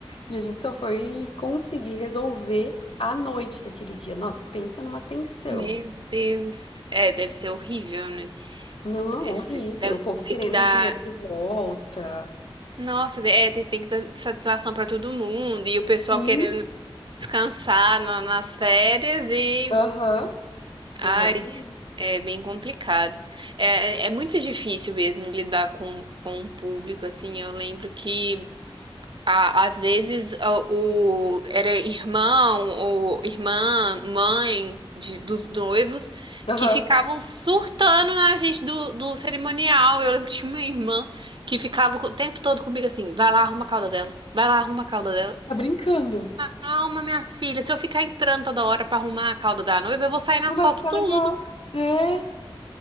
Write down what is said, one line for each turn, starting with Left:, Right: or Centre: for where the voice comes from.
Left: E a gente só foi conseguir resolver à noite daquele dia. Nossa, pensa numa tensão.
Right: meu Deus. É, deve ser horrível, né?
Left: Não,
Right: Esse,
Left: horrível.
Right: deve-
Left: O povo
Right: tem
Left: querendo
Right: que dar.
Left: o dinheiro de volta.
Right: Nossa, é, tem, tem que dar satisfação pra todo mundo. E o pessoal
Left: Sim,
Right: querendo descansar na- nas férias e.
Left: aham,
Right: Ai,
Left: exatamente.
Right: é bem complicado. É, é é muito difícil mesmo lidar com, com o público, assim. Eu lembro que. a- Às vezes a- o, era irmão ou irmã, mãe de, dos noivos
Left: Aham,
Right: que ficavam surtando na gente do, do cerimonial. Eu lembro que tinha uma irmã que ficava co- o tempo todo comigo assim: vai lá, arruma a cauda dela, vai lá, arruma a cauda dela.
Left: tá brincando.
Right: Calma, minha filha, se eu ficar entrando toda hora pra arrumar a cauda da noiva, eu vou sair nas
Left: Não vai
Right: fotos
Left: ficar
Right: tudo.
Left: legal. É,